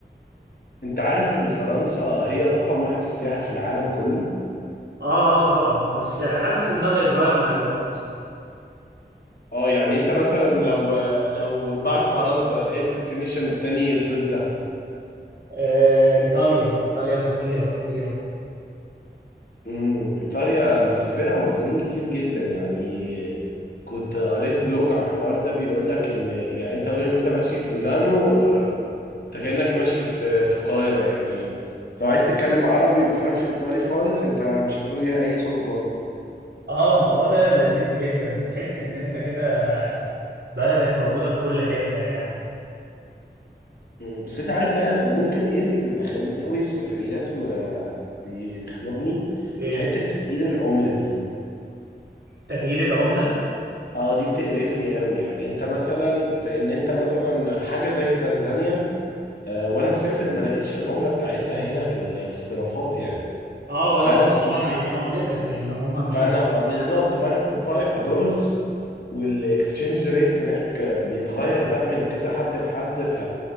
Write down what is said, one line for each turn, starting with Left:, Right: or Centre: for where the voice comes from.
Left: انت عارف ان فرنسا هي رقم واحد في السياحة في العالم كله
Right: اه اه طبعا بس حاسس ان ده هيتغير مع الوقت
Left: اه يعني انت مثلا لو لو بعد فرنسا ايه الديستنيشن التاني الصيف ده
Right: آه ايطاليا ايطاليا خطيرة خطيرة
Left: امم ايطاليا بيسافرها مصريين كتير جدا يعني كنت قريت بلوج على الحوار ده بيقول لك ان يعني انت وانت ماشي في ميلانو اه، انت كأنك ماشي في في القاهرة يعني لو عايز تتكلم عربي ما بتفهمش ايطالي خالص انت مش هتواجه اي صعوبات
Right: اه الموضوع ده لذيذ جدا بتحس ان انت كده بلدك موجودة في كل حتة يعني
Left: مم. بس انت عارف بقى ممكن ايه اللي بيبقى خنيق قوي في سفريات وبيخنقني
Right: ايه
Left: حتة تغيير العملة دي
Right: تغيير العملة
Left: اه دي بتقرفني قوي يعني انت مثلا لان انت مثلا حاجة زي تنزانيا آه وانا مسافر ما لقيتش العملة بتاعتها هنا في ال- في الصرافات يعني
Right: اه ولا
Left: فانا
Right: هم
Left: كنت
Right: طبعا عايزين عملتك لان هم مش
Left: فانا
Right: عايزين
Left: آه،
Right: دي
Left: بالظبط
Right: حاجه وانت
Left: فانا كنت طالع بدولارز والاكسشينج ريت هناك بيتغير بقى من كذا حد لحد ف